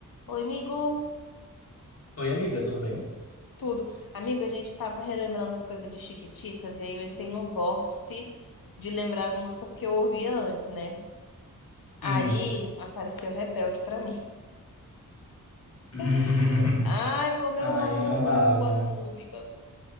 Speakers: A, on the left; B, on the left.
A: Oi, amigo.
B: Oi, amiga, tudo bem?
A: Tudo. Amigo, a gente tava relembrando as coisas de Chiquititas e aí eu entrei num vórtice de lembrar as músicas que eu ouvia antes, né? Aí
B: Hum.
A: apareceu Rebelde pra mim.
B: <laughs>
A: <laughs> Ai, como
B: Ai,
A: eu amo
B: amava.
A: as músicas